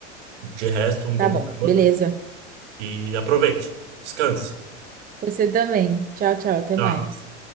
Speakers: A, on the right; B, on the right.
A: De resto, um bom
B: Tá bom,
A: sábado.
B: beleza.
A: E aproveite. Descanse.
B: Você também. Tchau, tchau, até
A: Tchau.
B: mais.